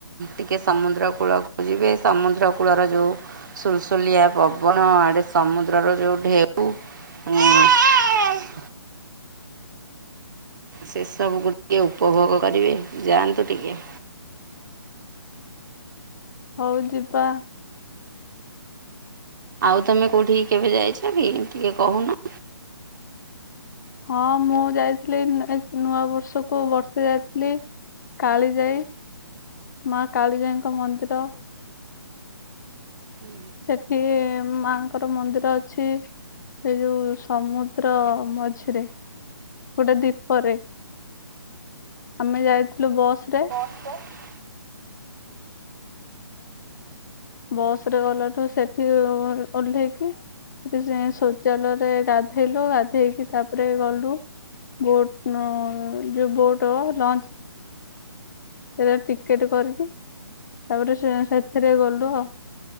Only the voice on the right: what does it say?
ଟିକେ ସମୁଦ୍ର କୂଳକୁ ଯିବେ ସମୁଦ୍ର କୂଳର ଯେଉଁ ସୁଲସୁଲିଆ ପବନ ଆଡେ ସମୁଦ୍ରର ଯୋଉଁ ଢେଉ ହୁଁ। ସେସବୁକୁ ଟିକେ ଉପଭୋଗ କରିବେ ଯାଆନ୍ତୁ ଟିକେ।
ଆଉ ତମେ କୋଉଠିକି କେବେ ଯାଇଛ କି ଟିକେ କହୁନ।
ହୁଁ
<inaudible>